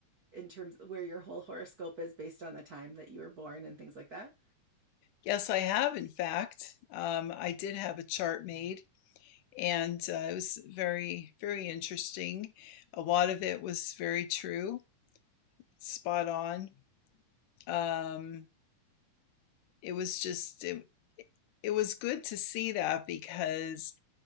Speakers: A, on the right; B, on the left.
A: in terms where your whole horoscope is based on the time that you were born and things like that?
B: Yes, I have, in fact. Um, I did have a chart made, and uh, it was very, very interesting. A lot of it was very true, spot on. Um, it was just, it, it was good to see that because